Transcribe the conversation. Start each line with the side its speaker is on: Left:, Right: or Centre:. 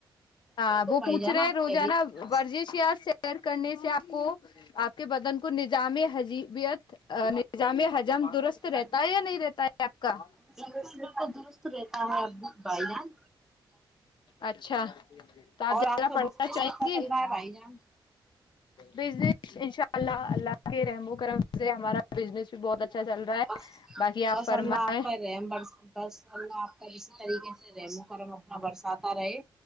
Left: ہاں
Centre: بالکل
Left: وہ
Centre: بھائی
Left: پوچھ
Centre: جان
Left: رہے
Centre: آپ
Left: ہیں روزانہ
Centre: خیریت
Left: ورزش
Centre: سے
Left: یات سے شئر کرنے سے کو آپ کے بدن کو نظام حجیبیت نظام حی ج درست رہتا
Centre: بالکل
Left: ہے یا نہیں رہتا ہے آپ کا
Centre: بالکل درست رہتا ہے بھائی جان
Left: اچا اچھ تو آپ
Centre: اور
Left: جا
Centre: کا
Left: پڑھنا
Centre: بزنس
Left: چاہیں
Centre: کیسا
Left: گی
Centre: چل رہا ہے بھائی جان
Left: ب ان شاء اللہ اللہ کے رحم و کرم سے ہمارا بزنس بھی بہت اچا اچھا چل رہا ہے
Centre: بس
Left: باقی آپ
Centre: بس
Left: فرمائیں
Centre: اللہ آپ کا رحم برس بس اللہ آپ کا اسی طریقے سے رحم و کرم اپنا برساتا رہے